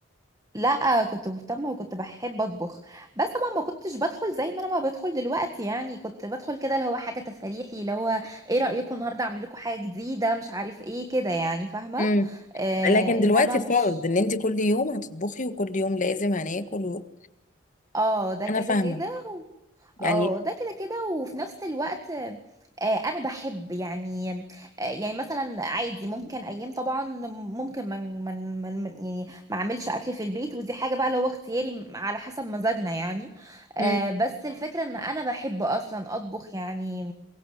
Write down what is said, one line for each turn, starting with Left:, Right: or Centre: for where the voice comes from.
Right: لا كنت مهتمة وكنت بحب أطبخ بس طبعا ما كنتش بدخل زي ما أنا ما بدخل دلوقتي يعني كنت بدخل كده اللي هو حاجة تفريحي اللي هو إيه رأيكم النهاردة أعمل لكم حاجة جديدة مش عارف إيه كده يعني فاهمة
Left: امم
Right: اه آه
Left: لكن
Right: إنما
Left: دلوقتي
Right: مش
Left: فرض ان انتي كل يوم هتطبخي وكل يوم لازم هناكل و...
Right: آه ده كده
Left: انا فاهمه
Right: كده
Left: يعني
Right: اه ده كده كده وفي نفس الوقت آه، انا بحب يعني آه، يعني مثلا عادي ممكن ايام طبعا ممكن من من من من- يعني ما اعملش اكل في البيت ودي حاجه بقى لو اختياري على حسب مزاجنا يعني آه،
Left: مم.
Right: بس الفكره ان انا بحب اصلا اطبخ يعني